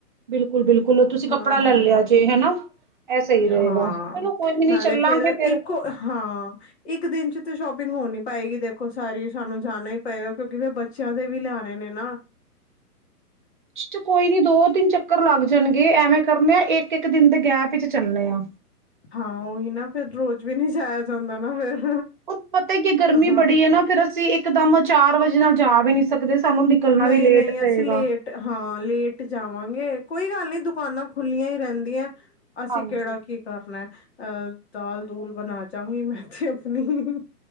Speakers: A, on the right; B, on the left.
A: ਬਿਲਕੁਲ ਬਿਲਕ। ਕੋਲੋਂ ਤੁਸੀਂ ਕੱਪੜਾ
B: ਹਾਂ
A: ਲੈ
B: ਹਾਂ
A: ਲਿਆ ਜੇ ਹੈਨਾ ਇਹ ਸਹੀ ਰਹੇਗਾ
B: ਹਾਂ
A: ਚਲੋ ਕੋਈ ਨੀ
B: ਨਾਲੇ
A: ਚੱਲਾਂਗੇ
B: ਫੇਰ
A: ਫਿਰ।
B: ਇੱਕ ਹਾਂ ਇੱਕ ਦਿਨ ਚ ਤਾਂ ਸ਼ੋਪਿੰਗ ਹੋ ਨੀ ਪਾਏਗੀ ਦੇਖੋ ਸਾਰੀ ਸਾਨੂੰ ਜਾਣਾ ਹੀ ਪਏਗਾ, ਕਿਉਂਕਿ ਫਿਰ ਬੱਚਿਆਂ ਦੇ ਵੀ ਲਿਆਣੇ ਨੇ ਨਾ
A: ਇਸ ਚ ਕੋਈ ਨੀ ਦੋ ਤਿੰਨ ਚੱਕਰ ਲੱਗ ਜਾਣਗੇ, ਐਵੇਂ ਕਰਨੇ ਆ ਇੱਕ- ਇੱਕ ਦਿਨ ਦੇ ਗੈਪ ਵਿੱਚ ਚੱਲੇ ਆ।
B: ਹਾਂ ਉਹੀ ਨਾ ਫਿਰ ਰੋਜ਼ ਵੀ ਨੀ ਜਾਇਆ ਜਾਂਦਾ ਨਾ ਫਿਰ।
A: ਉਹ ਪਤਾ ਕੀ ਐ ਗਰਮੀ
B: ਹਾਂ
A: ਬੜੀ ਐ ਨਾ ਫਿਰ ਅਸੀਂ ਇੱਕਦਮ ਚਾਰ ਵਜੇ ਨਾਲ ਜਾ ਵੀ ਨਹੀਂੀ ਸਕਦੇ ਸਾਨੂੰ ਨਿਕਲਣਾ
B: ਨਹੀਂ
A: ਵੀ ਲੇਟ
B: ਨਹੀਂ
A: ਪਏਗਾ
B: ਅਸੀਂ ਲੇਟ ਹਾਂ ਲੇਟ ਜਾਵਾਂਗੇ। ਕੋਈ ਗੱਲ ਨੀ ਦੁਕਾਨਾਂ ਖੁੱਲੀਆਂ ਹੀ ਰਹਿੰਦੀਆਂ। ਅਸੀਂ
A: ਹਾਂਜੀ
B: ਕਿਹੜਾ ਕੀ ਕਰਨਾ ਹੈ। ਅਹ ਦਾਲ ਦੂਲ ਬਣਾ ਜਾਗੀ ਮੈ ਤੇ ਆਪਣੀ।